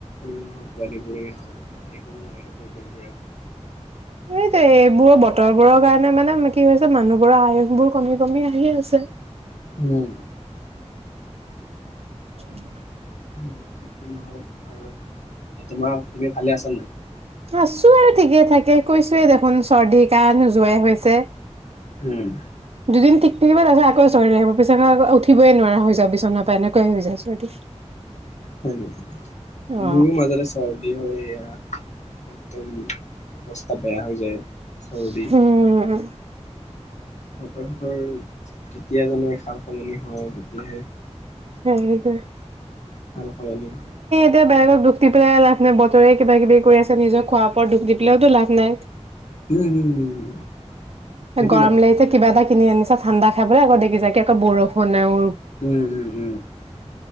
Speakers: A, on the left; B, on the right.
A: উম কালি-পৰহি অ', সেই বিলাক উম।
B: সেইটোৱেই, এইবোৰৰ বতৰবোৰৰ কাৰণে মানে কি হৈছে, মানুহবোৰৰ আয়ুসবোৰ কমি কমি আহি আছে।
A: উম।
B: <inaudible>
A: <unintelligible> তোমাৰ, তুমি ভালে আছা নাই?
B: আছোঁ আৰু ঠিকে থাকে, কৈছোৱেই দেখোন চৰ্দি, কাহঁ নোযোৱাই হৈছে।
A: উম।
B: দুদিন ঠিক থাকিব তাৰ পিছত আকৌ চৰ্দি আহিব। বিছনা পৰা উঠিবই নোৱাৰা হৈ যাওঁ, বিচনাৰ পাই এনেকুৱাই হয় যায় চৰ্দি।
A: হয় নেকি,
B: অ'।
A: মোৰো মাজতে চৰ্দি হয় এয়া একদম অৱস্থা বেয়া হৈ যায়।
B: হম।
A: চৰ্দি তহঁতৰ কেতিয়াজানো এখন সাল-সলনি হয় তেতিয়াহে
B: এ সেইটোৱে।
A: সাল-সলনি
B: তেতিয়া বেলেগক দুখ দি পেলাই লাভ নাই, বতৰে কিবা কিবি কৰি আছে, নিজৰ খোৱা ওপৰত দুখ দি পেলাইটো লাভ নাই।
A: উম হম হম সেইটোৱে
B: গৰম
A: কথা
B: লাগিছে কিবা এটা কিনি আনিছা ঠাণ্ডা খাবলৈ, আকৌ দেখিছা একে আকৌ বৰষুণে ঔ
A: উম, উম, উম।